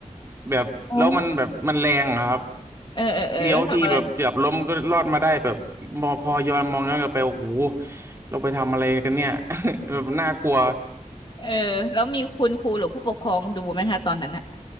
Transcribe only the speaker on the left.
โอ้เออเออเออแล้วทำอะไร
เออแล้วมีคุณครูหรือผู้ปกครองดูไหมคะตอนนั้นอะ